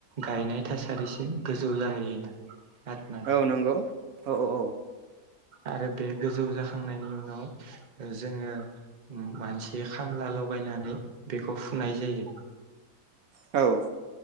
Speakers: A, on the right; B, on the right.
A: गायनाय थासारिसिम गोजौ जाहैयोना आरोना
B: औ नंगौ औ औ औ
A: आरो बे गोजौ जाखांनायनि उनाव ओ जोङो मानसि खामला लगायनानै बेखौ फुनाय जायो।
B: औ